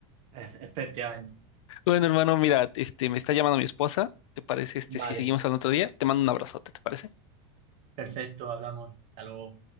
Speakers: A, on the right (about 40°); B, on the left (about 75°).
A: Efe- Efectivamente.
B: Bueno, hermano, mira, este, me está llamando mi esposa. ¿Te parece, este,
A: Vale.
B: si seguimos al otro día? Te mando un abrazote, ¿te parece?
A: Perfecto, hablamos. Hasta luego.